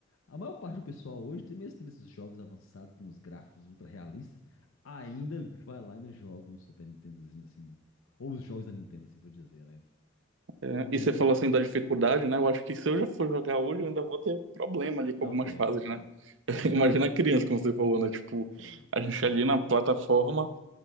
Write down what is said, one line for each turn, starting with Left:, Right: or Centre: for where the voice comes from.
Left: a maior parte do pessoal hoje, tem- mesmo tendo esses jogos avançados com os gráficos ultra realistas, ainda vai lá e ainda joga um Super Nintendozinho, assim. Ou os jogos da Nintendo, assim, por dizer, né?
Right: É,
Left: Que não
Right: e
Left: é
Right: você
Left: nem
Right: falou assim
Left: os.
Right: da dificuldade, né? Eu acho que se eu já for jogar hoje, eu ainda vou ter problema ali
Left: Não,
Right: com algumas
Left: é.
Right: fases, né? <laughs> Imagina a criança, como você falou, né? Tipo,
Left: Sim.
Right: a gente ali na plataforma.